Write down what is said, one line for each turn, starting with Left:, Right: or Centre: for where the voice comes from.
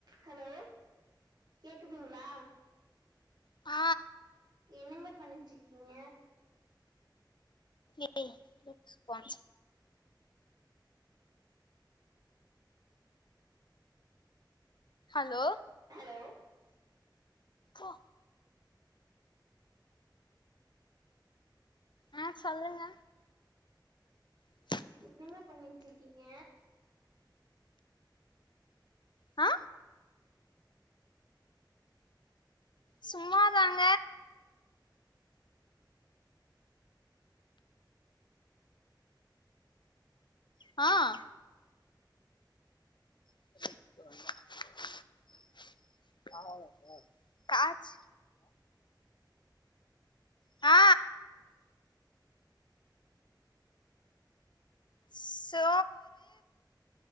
Right: hello கேக்குதுங்ளா
Left: ஆ
Right: என்னெங்க பண்ணிட்டு இருக்கீங்க
Left: ஏ லெட்ஸ் ஒன்ஸ் ஹலோ
Right: ஹலோ
Left: ஆ ஆ சொல்லுங்க <inaudible>
Right: என்னங்க பண்ணிட்டு இருக்கீங்க
Left: ஆ சும்மாதாங் ஆ <unintelligible> காச் ஆ சோ